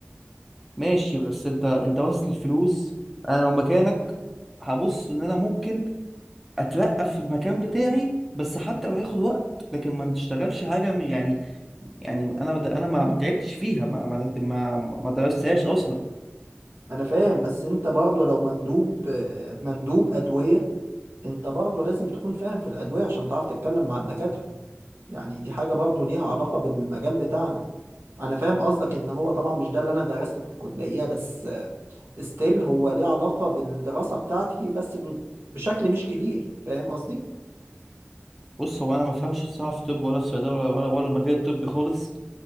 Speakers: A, in the centre; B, on the right.
A: ماشي بس انت انت باصص للفلوس انا لو مكانك هبص ان انا ممكن اترقى في المكان بتاعي بس حتى لو هياخد وقت لكن ما تشتغلش حاجه م- يعني يعني انا ما- انا ما ما تعبتش فيها ما ما ما ما درستهاش اصلا
B: انا فاهم بس انت برضه لو مندوب آه، مندوب ادوية انت برضه لازم تكون فاهم في الادوية عشان تعرف تتكلم مع الدكاترة يعني دي حاجة برضه ليها علاقة بالمجال بتاعنا انا فاهم قصدك ان هو طبعا مش ده اللي انا درسته في الكلية بس ستيل هو ليه علاقة بالدراسة بتاعتي بس ب- بشكل مش كبير فاهم قصدي
A: بص هو انا ما فهمش الصراحه في طب ولا في صيدله ولا ولا ولا المجال الطبي خالص